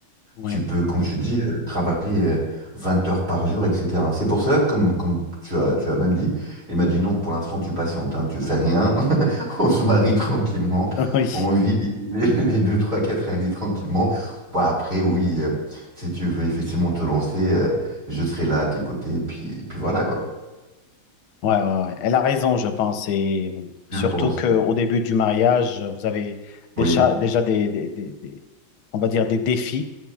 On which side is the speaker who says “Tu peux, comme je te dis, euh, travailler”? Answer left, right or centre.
Right